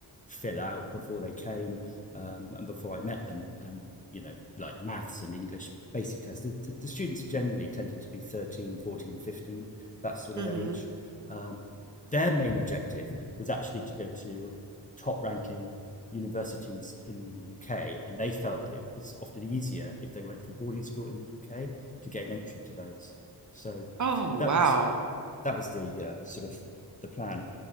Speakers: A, on the left; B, on the right.
A: fill out before they came um, and before I met them, and you know, like maths and English basic tests. The, the, the students generally tended to be 13, 14, 15, that sort of
B: hmm
A: age. Um, their main objective was actually to go to top ranking universities in the UK, and they felt that it was often easier if they went to a boarding school in the UK to gain entry to those. So
B: Oh,
A: that
B: wow.
A: was that was the uh, sort of the plan.